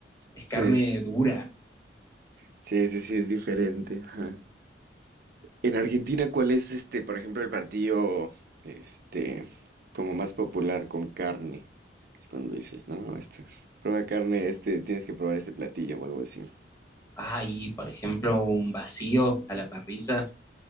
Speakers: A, on the left (about 15°); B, on the right (about 55°).
A: es
B: Sí,
A: carne
B: sí,
A: dura.
B: sí, sí, sí, es diferente. Ajá. En Argentina, ¿cuál es este, por ejemplo, el partido este como más popular con carne? Así Cuando dices, no, este, prueba carne, este, tienes que probar este platillo o algo así.
A: Ah, y por ejemplo un vacío a la parrilla.